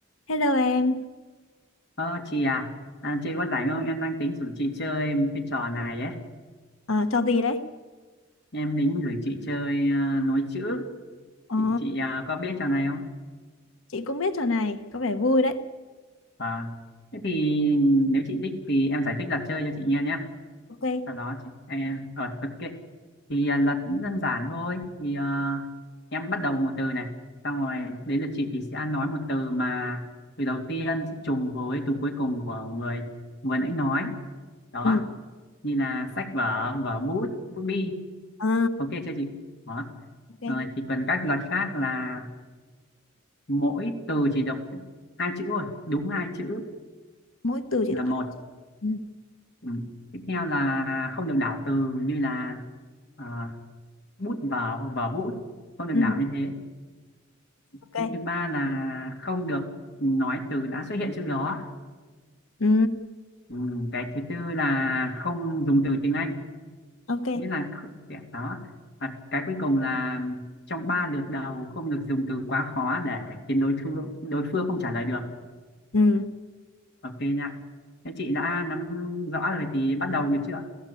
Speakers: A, on the left; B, on the left.
A: Hello em,
B: Ờ chị à, à chị có rảnh không? Em đang tính rủ chị chơi một cái trò này ấy.
A: Ờ, trò gì đấy?
B: Em tính gửi chị chơi à, nối chữ.
A: Ờ,
B: Chị, chị à, có biết trò này không?
A: chị cũng biết trò này, có vẻ vui đấy.
B: Vâng. Thế thì nếu chị thích thì em giải thích luật chơi cho chị nghe nhé.
A: Ok.
B: Sau đó chị, em rồi ok. Thì à, luật cũng đơn giản thôi. Thì à, em bắt đầu một từ này, xong rồi đến lượt chị thì sẽ nói một từ mà từ đầu tiên sẽ trùng với từ cuối cùng của người vừa nãy nói. Đó,
A: Ừ.
B: như là sách vở, vở bút, bút bi
A: Ờ,
B: ok chưa chị đó
A: ok.
B: rồi chỉ cần các luật khác là mỗi từ chỉ đọc hai chữ thôi đúng hai chữ
A: Mỗi từ chỉ
B: là
A: được
B: một
A: hai. Ừ.
B: ừ. tiếp theo là không được đảo từ như là ờ, bút vở hoặc vở bút không được
A: Ừ.
B: đảo như thế
A: Ok.
B: cái thứ ba là không được nói từ đã xuất hiện trước đó
A: Ừ.
B: ừ. cái thứ tư là không dùng từ tiếng Anh
A: Ok.
B: nghĩa là kh- dạ, đó và cái cuối cùng là trong ba lượt đầu không được dùng từ quá khó để khiến đối phương đối phương không trả lời được
A: Ừ.
B: ok nha thế chị đã nắm rõ rồi thì bắt đầu được chưa ạ?